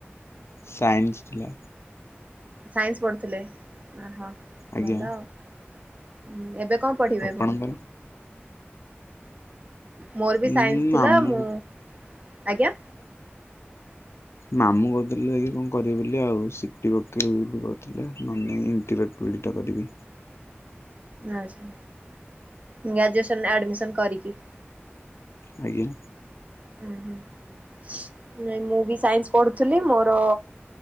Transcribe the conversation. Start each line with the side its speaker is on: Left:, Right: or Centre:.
Left: ସାଇନ୍ସ ଥିଲା।
Right: ସାଇନ୍ସ ପଢୁଥିଲେ, ଅହୋ,
Left: ଆଜ୍ଞା
Right: ଭଲ ଆଉ ଏବେ କଣ ପଢ଼ିବେ
Left: ଆପଣଙ୍କର?
Right: ପୁଣି ମୋର ବି
Left: ଉଁ
Right: ସାଇନ୍ସ ଥିଲା,
Left: ମାମୁଁ
Right: ମୁଁ- ଆଜ୍ଞା
Left: ମାମୁଁ କହୁଥିଲେ- ଯାଇ କଣ କରିବେ ବୋଲି ଆଉ ସିଟି ପକେଇବ ବୋଲି କହୁଥିଲେ, ନ ପୀଡ଼ିତ <unintelligible> କରିବି
Right: ଆଛା। ଗ୍ରାଜୁଏସନ ଆଡମିସନ କରିକି
Left: ଆଜ୍ଞା।
Right: ନାଇଁ ମୁଁ ବି ସାଇନ୍ସ ପଢୁଥିଲି। ମୋର